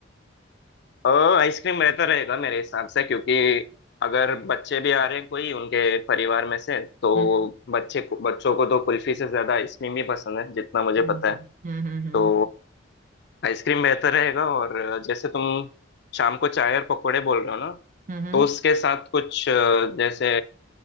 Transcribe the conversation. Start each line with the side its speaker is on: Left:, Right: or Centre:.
Left: और आइसक्रीम बेहतर रहेगा मेरे हिसाब से क्योंकि अगर बच्चे भी आ रहे हैं कोई उनके परिवार में से तो
Right: हम्म
Left: बच्चे को बच्चों को तो कुल्फी से ज्यादा आइसक्रीम ही पसंद है जितना मुझे
Right: हम्म
Left: पता है
Right: हम्म हम्म हम्म
Left: तो आइसक्रीम बेहतर रहेगा और जैसे तुम शाम को चाय और पकोड़े बोल रहे हो ना
Right: हम्म, हम्म,
Left: तो उसके साथ कुछ अ, जैसे